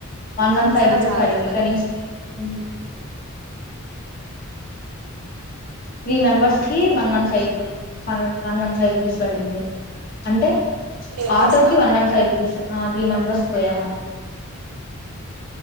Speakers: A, on the left; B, on the right.
A: వన్ వన్
B: నిజంగా
A: ఫైవ్ రూపీస్
B: చాలా
A: పడింది
B: better
A: <unintelligible> three members one one five one one five rupees పడింది అంటే
B: త్రీ మెంబర్స్
A: ఆటో
B: కా
A: కి వన్ వన్ ఫైవ్ రూపీస్ ఆ త్రీ మెంబర్ పోయాము